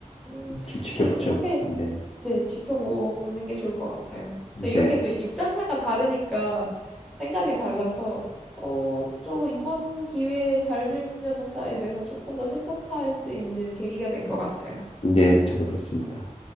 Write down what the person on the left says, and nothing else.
좀 지켜보죠.
네.
네.
네, 저도 그렇습니다.